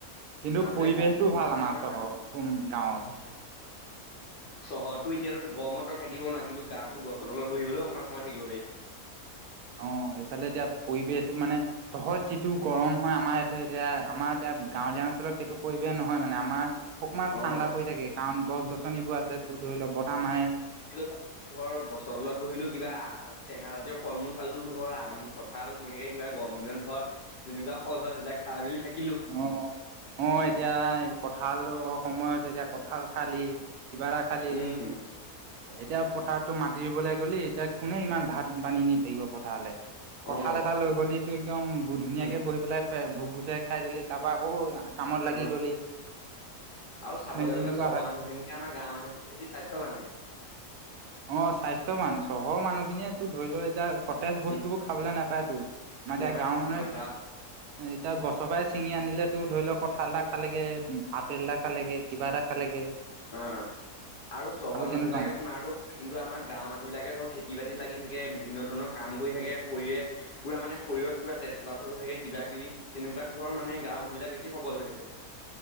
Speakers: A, on the right; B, on the left.
A: কিন্তু
B: তাৰ
A: পৰিৱেশটো
B: যে গৰম <unintelligible>
A: ভাল
B: অকমান
A: আমাৰ চহৰ
B: <unintelligible>
A: উম গাঁৱত
B: <inaudible> চহৰততো এতিয়াতো গৰমত থাকিব নোৱাই কিন্তু গাৱততো গছৰ তলত বহি হ'লেও অকণমান সময় থাকিব পাৰি। <inaudible>
A: অঁ এইফালে এতিয়া পৰিৱেশটো মানে চহতৰ যিটো গৰম হয় আমাৰ ইয়াতে এতিয়া আমাৰ এতিয়া গাঁৱলীয়া অঞ্চলত সেইটো পৰিৱেশ নহয় মানে আমাৰ অকমান
B: অ',
A: ঠাণ্ডা পৰি থাকে কাৰণ গছ গছনিবোৰ আছে তো ধৰি লওক বতাহ মাৰে
B: কিন্তু ধৰ গছৰ তলত বহিলো কিবা টেঙা জাতীয় ফল মূল চালো ধৰ আম কঁঠাল তেনেকে কিবা গৰম দিনত ধৰ যেনেকুৱা ফল হয় সিবিলাক খাই মেলি থাকে
A: অ অ এতিয়া কঠাঁল সময় হৈছে এতিয়া কঠাল খালি কিবা এটা খালি
B: উম,
A: এতিয়া পথাৰতো মাতি দবলৈ গ'লি এতিয়া কোনে ইমান ভাত বানী নি থাকিব পথাৰলে
B: অ',
A: কঁঠাল এটা লৈ গ'লি তটো একদম ধুনীয়াকে
B: উম,
A: বহি পেলাই ভোক গুচাই খাই দিলি তাৰাপা আকৌ কামত লাগি
B: অ'।
A: গলি
B: আৰু চাবলৈ
A: সেই তেনেকুৱা
B: গ'লে চহৰ
A: হয়।
B: মানুহখিনিকে আমাৰ গাঁৱৰ মানুহখিনি বেছি স্বাস্থ্যৱানহে
A: অ স্বাস্থ্য চহৰৰ মানুহখিনিয়ে তো ধৰি লোৱা এতিয়া সতেজ বস্তু
B: উম,
A: বোৰ খাবলৈ নাপায় তো আমাৰ এতিয়া
B: নাপায়
A: গাঁৱৰ মানুহে
B: আমাৰ গাঁৱত
A: এতিয়া গছৰ পৰাই ছিঙি আনিলে তো ধৰি লওক কঁঠালটা খাল লাগে উ আপেল এটা খাল লাগে কিবা এটা খাল লাগে
B: অ আৰু চহৰ
A: তেনেকুৱা
B: মানুহিলাকে
A: মানে।
B: স্মাৰ্ হ কিু আমাৰ গাঁৱ মানুহ বিলাকে ধৰ খেতি বাতিত লাগি থাকে বিভিন্ন ধৰণৰ কাম কৰি থাকে শৰৰে পুৰা মানে শৰীৰত পুৰা তে চলাচল হৈ থাকে কিবা কিবি তেনেকুৱ ধৰ মানে গাঁৱ মানুহবিলাক বেছি সব হৈ থাকে